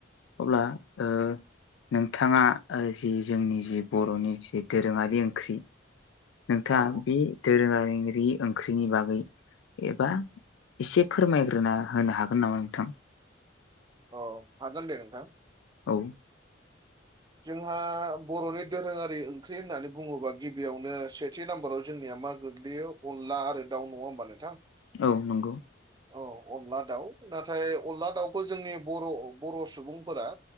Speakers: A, on the left (about 80°); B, on the right (about 20°).
A: अब्ला ओ नोंथाङा जि जोंनि जि बर'नि जि दोरोङारि ओंख्रि नोंथाङा
B: औ
A: बे दोरोङारि ओंख्रिनि बागै एबा एसे फोरमायग्रोना होनो हागोन नामा नोंथां
B: औ हागोन दे नोंथां।
A: औ
B: जोंहा बर'नि दोरोङारि ओंख्रि होननानै बुङोबा गिबियावनो सेथि नाम्बाराव जोंनिया मा गोग्लैयो अनला आरो दाउ नङा ओमबा नोंथां?
A: औ नंगौ।
B: औ अनला दाउ नाथाय अनला दाउखौ जोंनि बर' बर' सुबुंफोरा